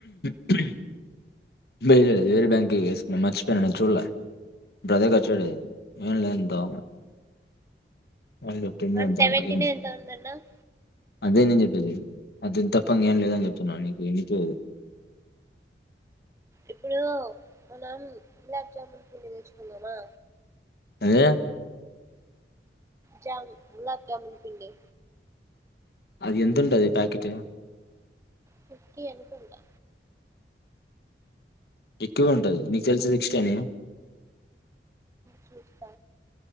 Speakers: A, on the left; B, on the right.
A: త్రీ వెయ్యలేదు వేరు బ్యాంకుకు వేసినాను మర్చిపోయినాను నేను చూడలే ఇప్పుడు అదే ఖర్చు పెట్టేది ఏం లేంతో వన్ ఫేస్టీ నంత
B: వన్ సెవెంటీనే
A: అగ్రిమ్
B: ఎంత ఉందన్నావ్
A: అదే నేను చెప్పేది అది తప్ప ఏం లేదని చెప్తున్నా నీకు వినిపియ్యదు
B: ఎప్పుడు మనం గులాబ్ జమూన్ పలి తెచ్చుకుందామా
A: అదే
B: జామ్ గులాబ్ జామూన్ పిండి
A: అది ఎంతుంటది ప్యాకెట్
B: సిక్స్టీ అనుకుంటా
A: ఎక్కువే ఉంటది నీకు తెలుసా సిక్స్టీ అని
B: చూస్త